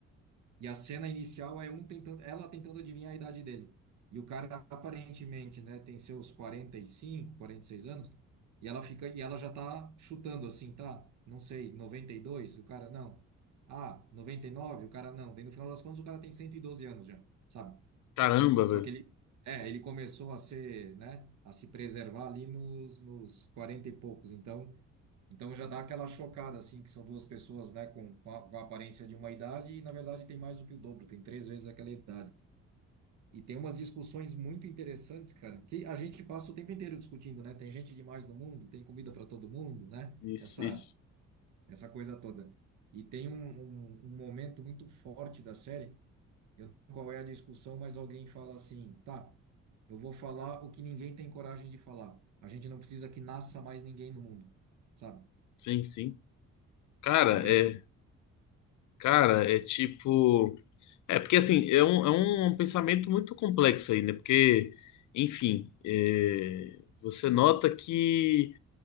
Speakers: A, on the right (about 70°); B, on the left (about 75°).
A: E a cena inicial é um tentando, ela tentando adivinhar a idade dele. E o cara aparentemente, né, tem seus quarenta quarenta e cinco quarenta e seis anos, e ela fica e ela já tá chutando assim, tá? Não sei, 92 o cara não. Ah, 99 o cara não. Daí no final das contas o cara tem 112 anos já, sabe?
B: caramba,
A: E só
B: velho.
A: que ele é, ele começou a ser, né, a se preservar ali nos nos 40 e poucos. Então, então já dá aquela chocada, assim, que são duas pessoas, né, com, com a, com a aparência de uma idade e, na verdade, tem mais do que o dobro, tem três vezes aquela idade. E tem umas discussões muito interessantes, cara, que a gente passa o tempo inteiro discutindo, né? Tem gente demais no mundo, tem comida para todo mundo, né?
B: Isso,
A: Essa,
B: isso.
A: essa coisa toda. E tem um, um, um momento muito forte da série, eu não sei qual é a discussão, mas alguém fala assim, tá, eu vou falar o que ninguém tem coragem de falar. A gente não precisa que nasça mais ninguém no mundo, sabe?
B: Sim, sim. Cara,
A: Do gênero.
B: é. Cara, é tipo. É, porque assim, é um, é um pensamento muito complexo aí, né? Porque, enfim, é, você nota que